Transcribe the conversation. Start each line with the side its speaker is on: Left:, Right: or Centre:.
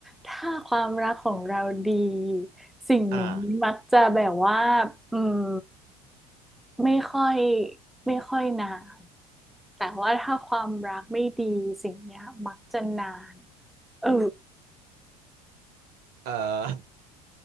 Centre: ถ้าความรักของเราดีสิ่งนี้มักจะแบบว่า
Right: อ่า
Centre: อืมไม่ค่อยไม่ค่อยนานแต่ว่าถ้าความรักไม่ดีสิ่งเนี้ยมักจะนานเออ
Right: เอ่อ <laughs>